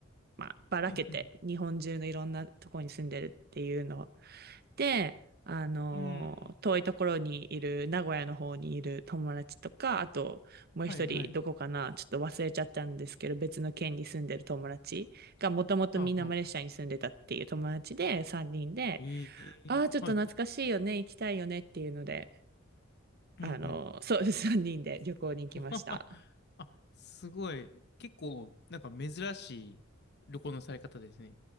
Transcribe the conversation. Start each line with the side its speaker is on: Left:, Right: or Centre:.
Right: まあ、ばらけて、
Left: うん、うん。
Right: 日本中のいろんなとこに住んでるっていうの。で、あの、
Left: うん。
Right: 遠いところにいる、名古屋の方にいる友達とか、あと、もう一人、
Left: はい、はい。
Right: どこかな、ちょっと忘れちゃったんですけど、別の県に住んでる友達が、もともとみんなマレーシアに住んでたっていう友達で、
Left: はあ、はあ。
Right: 3人で、
Left: ええはい。
Right: ああ、ちょっと懐かしいよね、行きたいよねっていうので、
Left: うん、
Right: あの、
Left: うん。
Right: そう、<laughs> 3人で旅行に行きました。
Left: <laughs> あ、すごい。結構、なんか珍しい旅行のされ方ですね。